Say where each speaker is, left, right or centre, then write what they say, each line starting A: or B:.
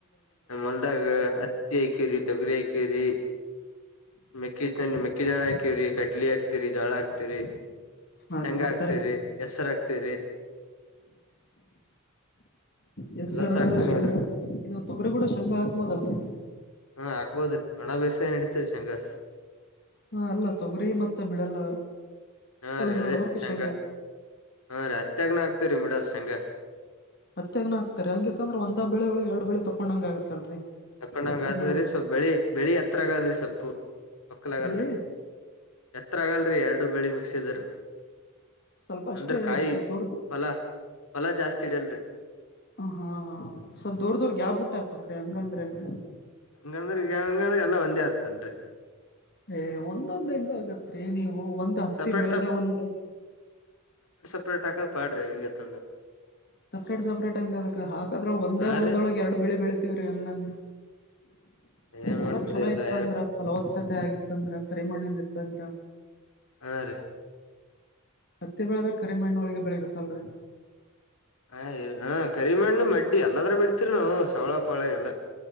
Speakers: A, on the left; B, on the left.
A: ನ ಮಲ್ದಾಗ ಅತ್ತಿಯಾಕರಿ ತಗರಿ ಯಕರಿ. ಮೆಕ್ಕಿ ಚ ಮೆಕ್ಕಿ ಜಳ ಹಾಕೀವ್ರರಿ ಕಡ್ಲಿ ಹಾಕ್ತಿರಿ. ಜೋಳ ಹಾಕ್ತಿರಿ
B: ಹಾ
A: ಶೆಂಗ
B: ರೀ ಮತ್ತರಿ
A: ಹಾಕ್ತಿರಿ ಹೆಸರು ಹಾಕ್ತಿರಿ. <inaudible>
B: ಹೆಸರು
A: ಎಲ್ಲಸ ಹಾಕ್ತಿವಿ
B: ಶೇಂಗಾ
A: ನೋಡ್ರಿ
B: ಇದು ತೊಗರಿ ಕೂಡ ಶೇಂಗ ಹಾಕ್ಬೋದಲ್ರರಿ.
A: ಹಾ ಆಗ್ಬೋದ್ರೀ ಒಣಾಭ್ಯಾಸ ಏನ್ ನಡೀತರಿ ಶಂಗಾ.
B: ಹಾ ಅಲ್ಲ ತೊಗರಿ ಮತ್ತ ಮಿಡಲ್
A: ಹಾ
B: ಅದ್ರ
A: ರೀ ಅದೇ
B: ನಡಬರ್ಕ
A: ಶಂಗ
B: ಶೇಂಗ
A: ಹಾ ರೀ ಅತ್ತಗನ ಆಗ್ತರಿ ಬಿಡಲ್ ಸಂಗಾ.
B: ಅತ್ತಗ್ನ ಆಗ್ತಾರರಿ ಹಂಗಿ ಅಂದ್ರೆ ಒಂದ ಬ ಬೆಳ ಒಳಗ್ ಎರಡ್ ಬೆಳಿ ತೊೊಂಡಂಗ ಆಗತ್ತಲ್ರರಿ.
A: ತಕೊಂಡಂಗ
B: ಹತ್ತಿ
A: ಆದ್ರಿ
B: ನಡ
A: ಬೆಳಿ ಬೆಳಿ ಹತ್ರ ಆಗಲ್ರರಿ ಸೊಪ್ಪು ಹೊಕ್ಕಲ ಆಗಲ್ರಿ
B: ಬೆಳಿ
A: ಎತ್ರ ಆಗಲ್ರರಿ ಎರಡು ಬೆಳಿ ಮಿಕ್ಸಿದ್ರೀ.
B: ಸ್ವಲ್ಪ ಅಷ್ಟೇ
A: ಅಂದ್ರ ಕಾಯಿ
B: ಸ್ವಲ್ಪ ದೊಡ್ದ
A: ಫಲ ಫಲ ಜಾಸ್ತಿ ಇಡಲ್ರಿ.
B: ಹ ಹಾ ಹಾ ಸ್ವಪ್ ದುರ್ ದುರ್ ಗ್ಯಾಪ್ ಬುಟ್ ಹಾಕ್ಬೇಕ್ರೀ ಹಂಗಂದ್ರ ಹಂಗ.
A: ಹಂಗಂದ್ರ ಹಿಗೆಂಗ ಎಲ್ಲ ಒಂದ ಆತಲ್ರಿ.
B: ಏ ಒಂದೊಂದ್ ಹೆಂಗ್ ಆಗತ್ರಿ ನೀವು ಒಂದ ಹತ್ತಿ
A: ಸಪ್ರೇಟ್
B: ಬೆಳೆದ ಒಂದ.
A: <unintelligible> ತಂದ.
B: ಸಪ್ರೇಟ್ ಸಪ್ರೇಟ್ ಹಂಗ್ ಅದಕ್ ಹಾಕದ್ರ ಒಂದೇ
A: ಹಾ
B: ಒಲ್ದೊಳಗ
A: ರೀ
B: ಎರ್ಡ್ ಬೆಳಿ ಬೆಳತಿವ್ರೀ ಹಂಗಂದ.
A: <inaudible>
B: ಓದೋಕ್
A: ಮಾಡ್ತರಿ
B: ಚಲೋ
A: ಎಲ್ಲಾ
B: ಇತ್ತ ಅಂದ್ರ ಫಲವತ್ತತೆ ಆಗಿತ್ತಂದ್ರ ಕರಿಮಣನ್ ಇತ್ತಂದ್ರ.
A: ಹಾ ರಿ
B: ಹತ್ತಿ ಬೆಳೆದ್ರೆ ಕರಿಮಣ್ಣೊಳಗೆ ಬೆಳಿಬೇಕಲ್ರಿ.
A: ಹ ಇ ಹಾ ಕರಿಮಣ್ಣ ಮಡ್ಡಿ ಎಲ್ಲಾದ್ರ ಬಿಡ್ತಿರ್ ನಾವು ಸವ್ಳ ಪಳ ಎಲ್ಲ.